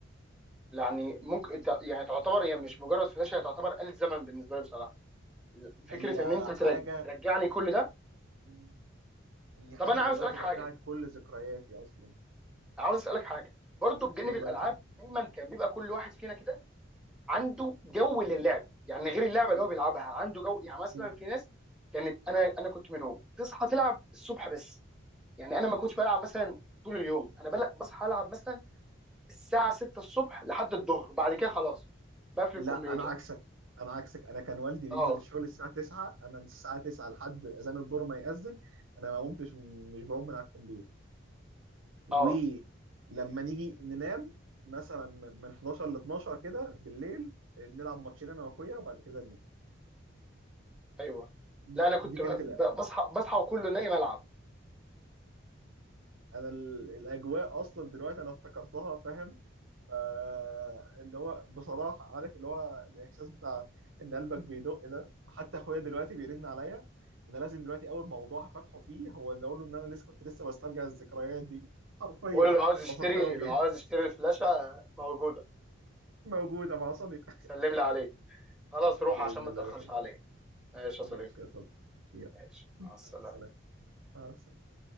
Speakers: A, in the centre; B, on the right.
A: يعني ممكن ت- يعني تعتبر هي مش مجرد فلاشه هي تعتبر آلة زمن بالنسبه لي بصراحه فكره
B: هي
A: ان انت ترج...
B: حاجه
A: ترجعني كل ده
B: مم. هي حاجه
A: طب انا
B: دلوقتي
A: عاوز اسالك حاجه
B: رجعت كل ذكرياتي اصلا
A: عاوز اسالك حاجه برضو بجانب
B: اتفضل
A: الالعاب
B: يا صديقي
A: دايما كان بيبقى كل واحد فينا كده عنده جو للعب يعني غير اللعبه اللي
B: مم.
A: هو بيلعبها عنده جو يعني مثلا
B: مم.
A: في ناس كانت انا انا كنت منهم تصحى تلعب الصبح بس يعني انا ما كنتش بلعب مثلا طول اليوم انا بل... بصحى العب مثلا الساعه 6 الصبح لحد الظهر وبعد كده خلاص بقفل
B: لا
A: الكمبيوتر
B: انا عكسك انا عكسك انا كان والدي
A: اه
B: بينزل الشغل الساعه 9 انا من الساعه 9 لحد اذان الظهر ما يأذن انا ما قمتش مش بقوم من على الكمبيوتر ولما
A: اه
B: نيجي ننام مثلا من 11 ل 12 كده بالليل نلعب ماتشين انا واخويا وبعد كده ننام
A: ايوه
B: دي,
A: لا انا كنت
B: دي كانت
A: ب-
B: الأ...
A: ب- بصحى بصحى وكله نايم العب
B: انا ال- الاجواء اصلا دلوقتي انا افتكرتها فاهم فاللي هو بصراحة عارف اللي هو الإحساس بتاع إن قلبك بيدق ده حتى أخويا دلوقتي بيرن عليا أنا لازم دلوقتي أول موضوع هفتحه فيه هو إن أقول له إن أنا لسه كنت لسه بسترجع الذكريات دي حرفيا
A: اقول له لو عاوز
B: وأفكره
A: يشتري
B: بيها
A: لو عاوز يشتري الفلاشه موجوده
B: موجودة مع صديق <laughs>
A: سلم لي عليه خلاص روح
B: بإذن
A: عشان ما
B: الله
A: تاخرش
B: يا صديق
A: عليه ماشي يا
B: ماشي
A: صديقي
B: يا صديق يلا
A: ماشي
B: مع
A: مع السلامه
B: السلامة مع السلامة